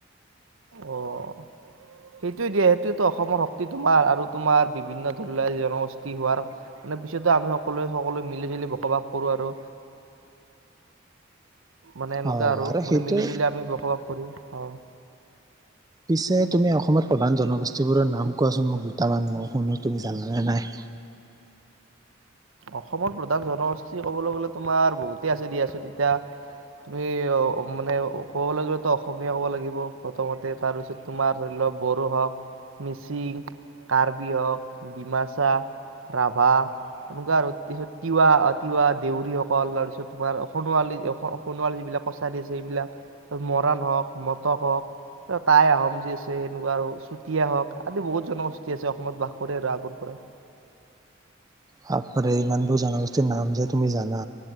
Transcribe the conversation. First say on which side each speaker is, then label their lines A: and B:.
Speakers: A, on the right; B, on the right.
A: অ' সেইটোৱে দিয়ে সেইটো অসমৰ শক্তি তোমাৰ আৰু তোমাৰ বিভিন্ন ধৰি লোৱা জনগোষ্ঠী হোৱাৰ মানে পিছতো আমি সকলোৱে সকলোৱে মিলি জুলি বসবাস কৰো আৰু মানে এনেকুৱা
B: অ
A: আৰু মানে
B: সেইটো
A: মিলি জুলি আমি বসবাস কৰো হয়
B: পিছে তুমি অসমত প্ৰধান জনগোষ্ঠীবোৰৰ নাম কোৱাচোন মোক দুটামান মই শুনো তুমি জানানে নাই?
A: অসমত প্ৰধান জনগোষ্ঠী ক'বলৈ গ'লে তোমাৰ বহুতে আছে দিয়াচোন তেতিয়া তুমি মানে ক'বলৈ গলে‌ অসমীয়া ক'ব লাগিব প্ৰথমতে তাৰপিছত তোমাৰ ধৰি লোৱা বড়ো হওঁক মিচিং, কাৰ্বি হওঁক ডিমাচা, ৰাভা এনেকুৱা আৰু তাৰপিছত তিৱা তিৱা দেউৰীসকল তাৰপিছত তোমাৰ সোণোৱালী সোণোৱাল যিবিলাক কছাৰী আছে এইবিলাক মৰাণ হওক মটক হওক টাই আহোম যি আছে এনেকুৱা আৰু চুতীয়া হওক আদি বহুত জনগোষ্ঠী আছে অসমত বাস কৰে আৰু আগৰ পৰাই।
B: বাপৰে ইমানবোৰ জনগোষ্ঠীৰ নাম যে তুমি জানা